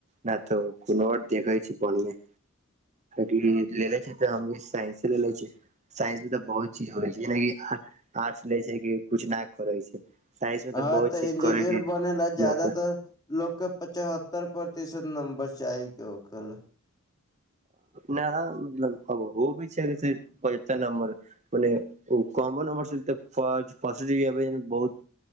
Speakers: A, on the right (about 35°); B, on the left (about 20°).
A: ना तऽ कोनो आर देखै छी बनमे की ले ले छै तऽ हम साइन्स ले ले छै साइंस मे तऽ बहुत चीज होइ छै जेना कि आर्ट्स लै छै कि किछु ना करै छै साइंस मे
B: हँ
A: बहुत
B: तऽ
A: चीज
B: इंजीनियर
A: करै के
B: बने ला जादातर
A: मौका
B: लोक के पचहत्तर प्रतिशत नम्बर चाही के ओकर
A: ना मतलब अब हो भी छै पचहत्तर नम्बर माने ओ कमो नम्ब <unintelligible> र सा प बहुत